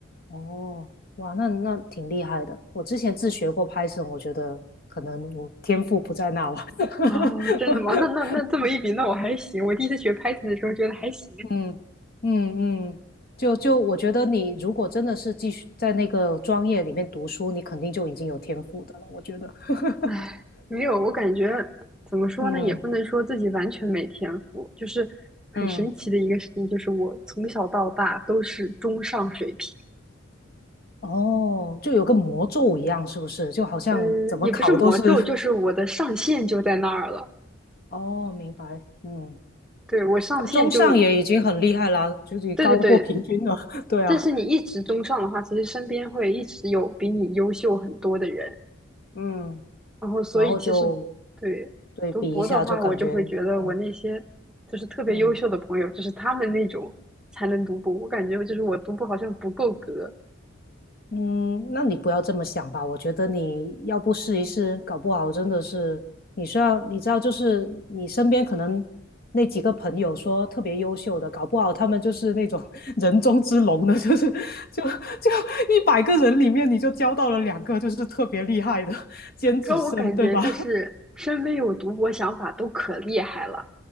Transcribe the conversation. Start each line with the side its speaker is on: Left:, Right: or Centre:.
Left: 哦，哇，那那挺厉害的。我之前自学过 Python，我觉得可能我天赋不在那吧。<laughs>
Centre: 哦，真的吗？那那那这么一比，那我还行。我第一次学 Python 的时候觉得还行，
Left: 嗯嗯嗯，就就我觉得你如果真的是继续在那个专业里面读书，你肯定就已经有天赋的了。我觉得，<laughs>
Centre: 唉，没有，我感觉怎么说呢，
Left: 嗯
Centre: 也不能说自己完全没天赋，就是很神奇的一个事情，
Left: 嗯，
Centre: 就是我从小到大都是中上水平。
Left: 哦，就有个魔咒一样，是不是？就好像怎么考都是。
Centre: 呃，也不是魔咒，
Left: <laughs>
Centre: 就是我的上限就在那儿了。
Left: 哦，明白。嗯，
Centre: 对，我上限就，
Left: 那中上也已经很厉害啦，就是高过平均了。
Centre: 对对对，
Left: <laughs> 对啊，
Centre: 但是你一直中上的话，其实身边会一直有比你优秀很多的人，
Left: 嗯。
Centre: 然后所以其实对读博的话，
Left: 然后就对比一下，就感觉，
Centre: 我就会觉得我那些就是特别优秀的朋友，
Left: 嗯嗯
Centre: 就是他们那种才能读博，我感觉就是我读博好像不够格，
Left: 嗯，那你不要这么想吧。我觉得你要不试一试，搞不好真的是你需要，你知道，就是你身边可能那几个朋友说特别优秀的，搞不好他们就是那种 <laughs> 人中之龙的，就是 <laughs> 就就一百个人里面你就交到了两个就是特别厉害的尖子生，
Centre: 主要我感觉就是身边有读博想法都可厉害了，
Left: 对吧？